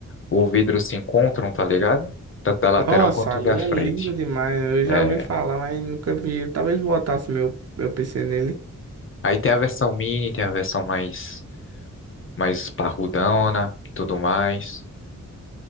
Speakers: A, on the left; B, on the right.
A: o vidro se encontram, tá ligado? Tanto da lateral
B: Nossa,
A: quanto
B: ali
A: da
B: é
A: frente.
B: lindo demais. Eu já
A: É.
B: ouvi falar, mas nunca vi. Talvez botasse meu, meu PC nele.
A: Aí tem a versão mini, tem a versão mais, mais parrudona, e tudo mais.